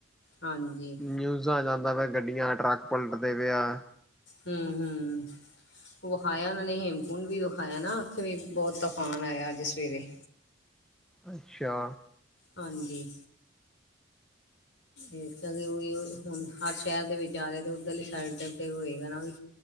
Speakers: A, on the left; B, in the centre.
A: ਹਾਂਜੀ।
B: ਨਿਊਜ਼ਾਂ ਜਾਂਦਾ ਪਿਆ ਗੱਡੀਆਂ ਟਰੱਕ ਪਲਟਦੇ ਪਏ ਆ।
A: ਹੂੰ ਹੂੰ ਵਿਖਾਇਆ ਉਹਨਾਂ ਨੇ ਹੇਮਕੁੰਡ ਵੀ ਵਿਖਾਇਆ ਨਾ ਉੱਥੇ ਵੀ ਬਹੁਤ ਤੂਫਾਨ ਆਇਆ ਅੱਜ ਸਵੇਰੇ।
B: ਅੱਛਾ।
A: ਹਾਂਜੀ। ਇਸ ਉਹੀ ਹੁਣ। ਹਰ ਸ਼ਹਿਰ ਦੇ ਵਿੱਚ ਆ ਰਹੇ। ਤੇ ਉੱਧਰਲੀ ਸਾਈਡ ਤੇ ਤੇ ਹੋਏਗਾ ਨਾ ਵੀ